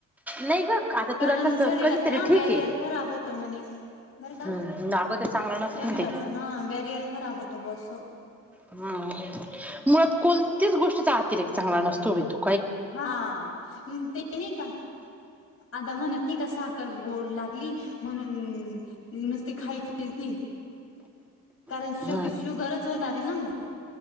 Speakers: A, in the centre; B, on the left.
A: नाही ग आता
B: कारण
A: तुला कसं
B: शरीराच
A: कधीतरी
B: ना
A: ठीक
B: बॅरियर
A: आहे
B: खराब होत म्हणे बर का..
A: हम्म अगं ते चांगलं नसत
B: शरीराच
A: ना ते
B: हा बॅरियर खराब होतं हा असा.
A: हम मुळात कोणत्याच गोष्टीचा अतिरेक चांगला नसतो बाई तो.
B: हा, ते नाही का आता म्हणत नाही गोड लागली. म्हणून नुसते खायचीच नाही. कारण
A: हम्म
B: शेवटी शुगरच होणारी ना मग.